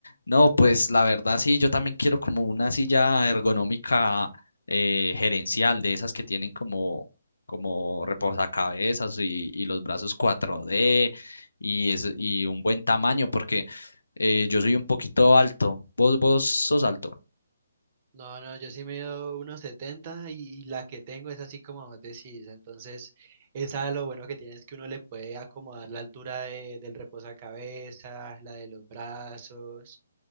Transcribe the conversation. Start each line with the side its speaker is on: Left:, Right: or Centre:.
Left: No, pues la verdad sí, yo también quiero como una silla ergonómica eh, gerencial, de esas que tienen como, como reposacabezas y, y los brazos 4D y, eso- y un buen tamaño, porque eh, yo soy un poquito alto. Vos, vos sos alto.
Right: No, no, yo sí mido uno setenta y la que tengo es así como vos decís. Entonces, esa lo bueno que tiene es que uno le puede acomodar la altura de- del reposacabezas, la de los brazos.